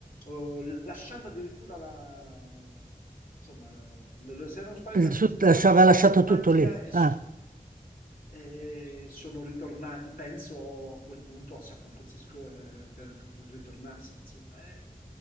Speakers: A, on the left (about 75°); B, on the right (about 70°).
A: o lasciando addirittura la... insomma, la- la- si erano spaventati
B: Il sud-
A: così tanto
B: aveva
A: che si sono
B: lasciato
A: messi in macchina
B: tutto lì.
A: e,
B: Ah.
A: so- e sono ritornati, penso a quel punto a San Francisco eh, per, per, per ritornarsene, insomma, è